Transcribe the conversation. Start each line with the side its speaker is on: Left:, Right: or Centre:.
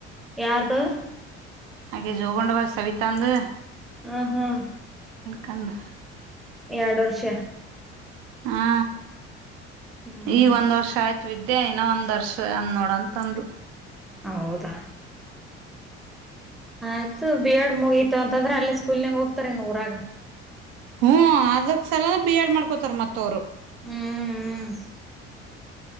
Centre: ಯಾರದು
Right: ಹಾಗೆ ಜೋಗೊಂಡ ಬಸ್ ಸವಿತಾ ಅಂದ
Centre: ಹ್ಮ ಹ್ಮ್
Right: ಕಂದ
Centre: ಎರಡು ವರ್ಷ
Right: ಹಾ
Centre: ಹ್ಮ್
Right: ಈಗ ಒಂದ್ ವರ್ಷ ಆಯ್ತು ವಿದ್ಯಾ ಇನ್ನ ಒಂದರ್ಶ ಅನ್ ನೋಡಂತ ಅಂದು
Centre: ಹೌದಾ ಆಯ್ತು ಬಿ ಎಡ್ ಮುಗಿತ್ ತತಂದ್ರೆ ಅಲ್ಲಿ ಸ್ಕೂಲ್ ಹೋಗತ್ತರೆ ನೂರ <inaudible>
Right: ಹ್ಮ ಅದಕ್ ಸಲ ಬಿ ಎಡ್ ಮಾಡ್ಕೋತಾರ ಮತ್ತವರು
Centre: ಹ್ಮ್ ಹ್ಮ್